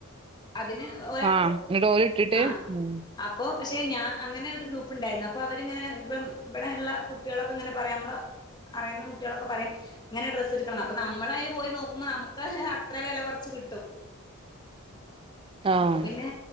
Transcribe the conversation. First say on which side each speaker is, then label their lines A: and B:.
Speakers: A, on the left; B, on the right.
A: അതിന് ഒരാ
B: ആഹ് ന്നിട്ട് ഓല് ഇട്ടിട്ട്
A: ആ
B: ഉം
A: അപ്പൊ പക്ഷേ ഞാൻ അങ്ങനെ ഒരു ഗ്രൂപ്പ്ണ്ടായിരുന്നു അപ്പോൾ അവരിങ്ങനെ ഇപ്പം ഇവിടെഉള്ള കുട്ടികളൊക്കെ ഇങ്ങനെ പറയാ നമ്മൾ അറിയുന്ന കുട്ടികളൊക്കെ പറയും ഇങ്ങനെ ഡ്രസ്സ് എടുക്കണം അപ്പോൾ നമ്മൾ അതിൽ പോയി നോക്കുമ്പോൾ നമുക്ക് ക്ക് അ ഹ് അത്ര വില കുറച്ച് കിട്ടും
B: ആഹ്
A: അപ്പൊ പിന്നെ